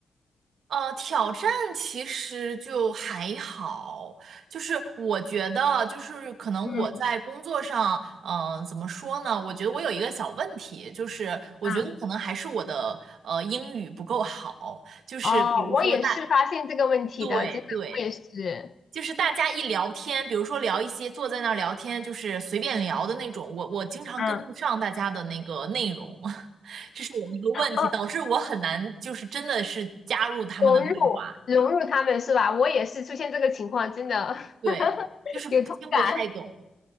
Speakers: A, on the right; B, on the left.
A: 呃，挑战其实就还好，就是我觉得，就是可能我在工作上，
B: 嗯
A: 嗯、怎么说呢？我觉得我有一个小问题，就是我觉得可能还是我的呃英语不够好，
B: 啊，
A: 就是比如说大，
B: 哦，我也是发现这个问题的，
A: 对对，
B: 真的，我也是，
A: 就是大家一聊天，比如说聊一些坐在那儿聊天，就是随便聊的那种，我我经常跟不上大家的那个内容，
B: 嗯，
A: <laughs> 这是我一个问题，
B: 哦，
A: 导致我很难就是真的是加入他们的对话。
B: 融入融入他们是吧？我也是出现这个情况，真的
A: 对，
B: <laughs>
A: 就是不听不太懂。
B: 有同感。